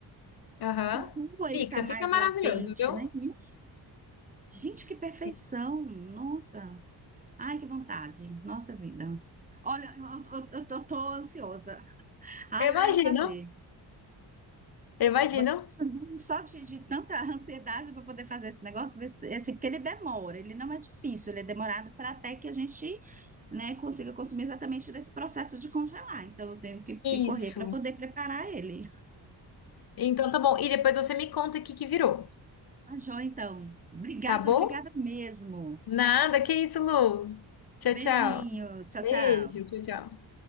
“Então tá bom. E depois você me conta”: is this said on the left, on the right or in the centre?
Left